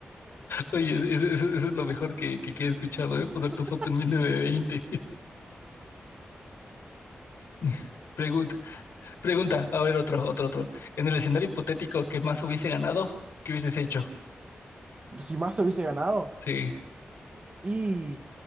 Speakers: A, on the left; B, on the right.
A: Oye, eso, eso- eso es lo mejor que, que, que he escuchado,
B: <laughs>
A: ¿eh? Poner tu foto en 1920. <laughs> Pregunta, pregunta, a ver, otro, otro, otro. En el escenario hipotético que más hubiese ganado, ¿qué hubieses hecho?
B: Si más hubiese ganado.
A: Sí.
B: Y.